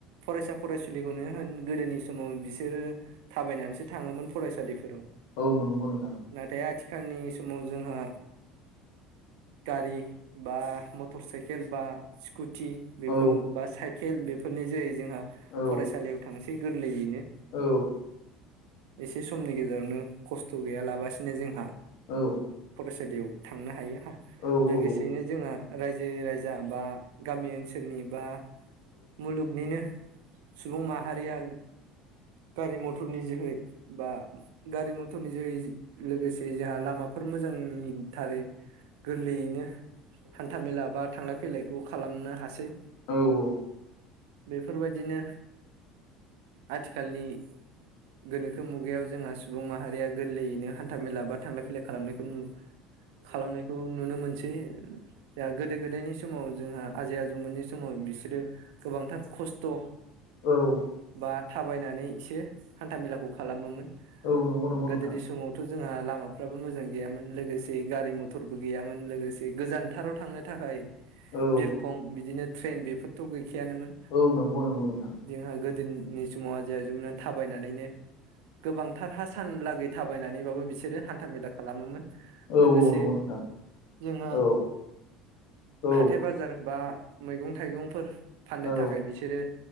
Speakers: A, on the right (about 80°); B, on the left (about 75°).
A: फरायसा फरायसुलिखौनो होन गोदोनि समाव बिसोरो थाबायनानैसो थाङोमोन फरायसालिफोराव।
B: औ नंगौ नोंथां
A: नाथाय आथिखालनि समाव जोंहा। गारि बा मटर साइकेल बा स्कुटि बेफोर
B: औ
A: बा साइकेल बेफोरनि जोहै जोंहा
B: औ
A: फरायसालियाव थांसै गो लैयैनो
B: औ
A: एसे समनि गेजेरावनो खस्थ' गैया लाबासिनो जोंहा
B: औ
A: फरायसालियाव थांनो हायो
B: औ
A: लोगोसेयैनो
B: औ
A: जोंहा रायजो राजा बा गामि ओनसोलनि बा मुलुगनिनो सुबुं माहारिया गारि मथरनि जोहै बा गारि मथरनि जोहै लोगोसे जोंहा लामाफोर मोजांनि थारै गोरलैयैनो हान्था मेला बा थांलाय फैलायखौ खालामनो हासै।
B: औ औ
A: बेफोरबायदिनो आथिखालनि गोनोखो मुगायाव जोंहा सुबुं माहारिया गोरलैयैनो हान्था मेला बा थांलायै खालामनायखौ नु खालामनाय खौ नुनो मोनसै जाहा गोदो गोदायनि समाव जोंहा आजै आजौमोननि समाव बिसोरो गोबांथार खस्थ'
B: औ
A: बा थाबायनानैसो हान्थामेलाखौ खालामोमोन
B: नंगौ नंगौ
A: गोदोनि
B: नोंथां
A: समाव थ' जोंहा लामाफ्राबो मोजां गैयामोन लोगोसे गारि मथरबो गैयामोन लोगोसे गोजानथाराव थांनो थाखाय
B: औ
A: बिरखं बिदिनो ट्रेन बेफोरथ' गैखायानोमोन।
B: औ नोंगौ नोंगौ नोंथां।
A: जोंहा गोदोनि समाव आजै आजौमोनहानो थाबायनानैनो गोबांथारहा सानलागै थाबायनानैबाबो बिसोरो हान्था मेला खालामोमोन।
B: औ
A: लोगोसे
B: औ नंगौ नोंथां
A: जोंहा
B: औ औ
A: हाथाय बा जार बा मैगं थाइगंफोर फाननो
B: औ
A: थाखाय बिसोरो